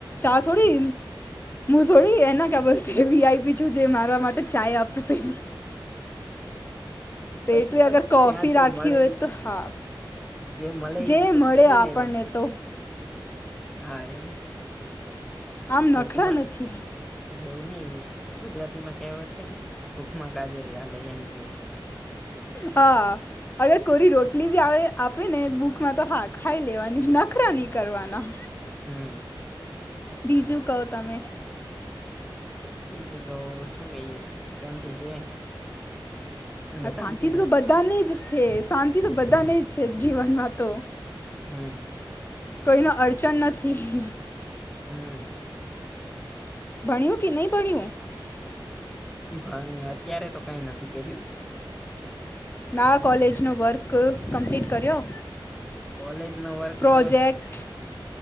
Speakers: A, on the left; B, in the centre.
A: ચા થોડી થોડી એના ખબરથીવી આઈ પી છું જે મારા માટે ચાય આપશે.
B: પછી
A: એટલે
B: તો
A: અગર કોફી
B: ત્યાં જે
A: રાખી
B: મળે
A: હોય
B: ઇ
A: તો હા
B: જે મલા
A: જે
B: એ પછ
A: મળે
B: પી
A: આપણને
B: લેવા.
A: તો
B: હા એમ
A: આમ
B: ભૂકમાં
A: નખરા નથી
B: એવું નઈ ગુજરાતીમાં કહેવત છે ને, ભૂખમાં ગાજરે હાલે એની જેવું. છે
A: હા અગર કોરી રોટલી બી આવે આપે ને ભૂખમાં તો હાક ખાઈ લેવાની નખરા ની કરવાના.
B: હમ
A: બીજું કહો તમે.
B: બીજું તો શું કહીએે શાંતિ છે. અને
A: હ શાંતિ
B: નથી
A: તો બધાને જ છે શાંતિ તો બધાને જ છે જીવનમાં તો
B: હમ.
A: કોઈ નો અડચણ નથી.
B: હમ
A: ભણ્યું કે નહીં ભણ્યું.
B: ભણી અત્યારે તો કઈ નથી કર્યું.
A: ના કોલેજનો વર્ક કમ્પ્લીટ કર્યો.
B: કોલેજ નો વર્ક
A: પ્રોજેક્ટ